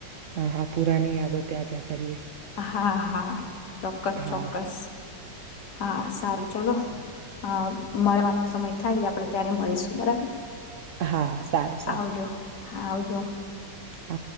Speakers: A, on the right; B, on the left.
A: હા હા પુરાની યાદો ત્યાંજા કરીએ
B: હા હા ચોક્કસ
A: હા,
B: ચોક્કસ હા સારું ચલો અ મળવાનો સમય થાય આપડે ત્યારે મળીશું બરાબર
A: હા, સારું સારું
B: આવજો હા આવજો
A: હા.